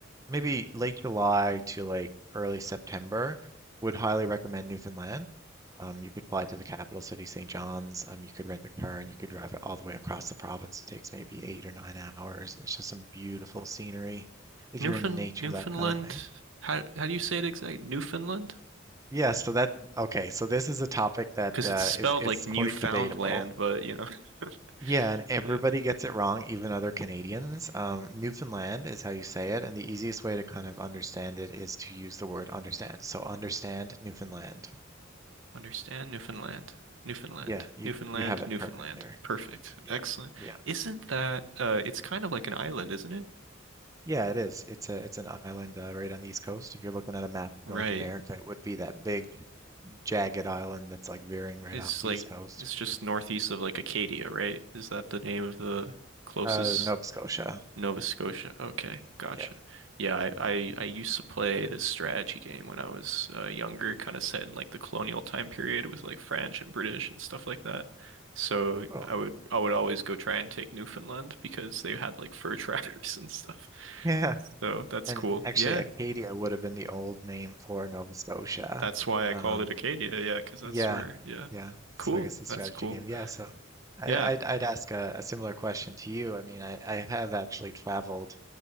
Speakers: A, on the right (about 15°); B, on the right (about 70°).
A: maybe late July to like early September, would highly recommend Newfoundland. Um, you could fly to the capital city, St. John's. Um, you could rent a car and you could drive it all the way across the province. It takes maybe eight or nine hours. It's just some beautiful scenery if
B: Newfound
A: you're into nature,
B: Newfoundland.
A: that kind of thing.
B: How how do you say it exactly? Newfoundland?
A: Yeah, so that okay, so this is a topic that
B: Because
A: uh,
B: it's spelled
A: is is
B: like Newfoundland,
A: quite debatable.
B: but you know,
A: Yeah,
B: <laughs>
A: and everybody
B: yeah.
A: gets it wrong, even other Canadians. Um, Newfoundland is how you say it, and the easiest way to kind of understand it is to use the word understand. So understand Newfoundland.
B: Understand Newfoundland. Newfoundland.
A: Yeah, you
B: Newfoundland.
A: you have it
B: Newfoundland.
A: perfect there.
B: Perfect.
A: Yeah,
B: Excellent.
A: yeah,
B: Isn't that uh it's kind of like an island, isn't it?
A: yeah. It is. It's a it's an island uh, right on the east coast. If you're looking at a map of
B: Right.
A: North America, it would be that big jagged island that's like veering right
B: It's
A: off the
B: like
A: east coast.
B: it's just northeast of like Acadia, right? Is that the name of the closest
A: Uh, Nova Scotia.
B: Nova Scotia. Okay, gotcha.
A: Yeah,
B: Yeah, I, I I used to play this strategy game when I was uh, younger, kind of set in like the colonial time period with like French and British and stuff like that. So
A: cool.
B: I
A: <laughs>
B: would I would always go try and take Newfoundland because they had like fur <laughs> trappers and stuff.
A: Yeah,
B: So that's
A: and
B: cool.
A: actually,
B: Yeah,
A: Acadia would have been the old name for Nova Scotia.
B: that's why I
A: Um,
B: called it Acadia. Yeah, because that's
A: Yeah,
B: where. Yeah,
A: yeah. So
B: cool.
A: I guess a strategy
B: That's cool.
A: game. Yeah. So I,
B: Yeah.
A: I'd I'd ask a, a similar question to you. I mean, I I have actually traveled